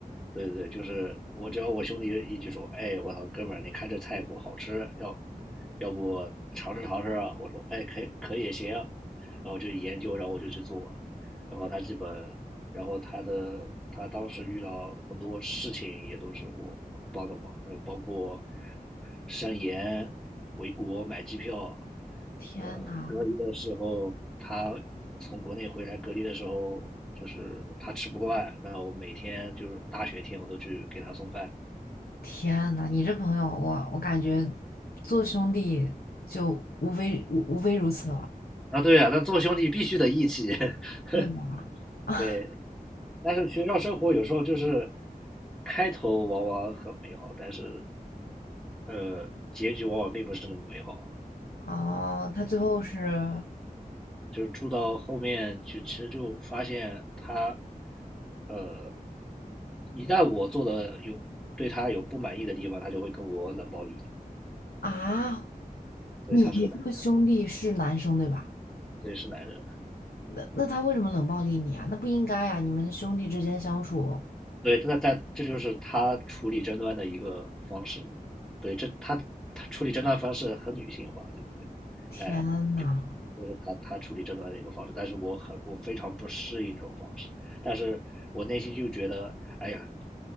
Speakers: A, in the centre; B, on the left (about 80°).
A: 对对，就是我只要我兄弟一句说，哎，我操，哥们儿，你看这菜谱好吃，要要不尝试尝试啊？我说，哎，可以可以也行啊。然后就研究，然后我就去做，然后他基本，然后他的他当时遇到很多事情也都是我帮的忙，然后包括上延回国买机票，
B: <laughs> 天呐，
A: 呃，隔离的时候他从国内回来隔离的时候，就是他吃不惯，然后我每天就是大雪天我都去给他送饭
B: 天呐，你这朋友，我我感觉做兄弟就无非无无非如此了，
A: 啊。对啊，但做兄弟必须得义气，<laughs>
B: 对吧？<laughs>
A: 对。但是学校生活有时候就是开头往往很美好，但是呃，结局往往并不是那么美好。
B: 哦，他最后是
A: 就是住到后面就其实就发现他，呃，一旦我做的有对他有不满意的地方，他就会跟我冷暴力。
B: 啊，
A: 所以他是个男人，
B: 你你这个兄弟是男生对吧？
A: 所以是男人。
B: 那那他为什么冷暴力你啊？那不应该啊，你们兄弟之间相处，
A: 对，那在这就是他处理争端的一个方式。对，这他他处理争端方式很女性化，对不对？
B: 天呐，
A: 但就就是他他处理争端的一个方式，但是我很我非常不适应这种方式，但是我内心就觉得，哎呀，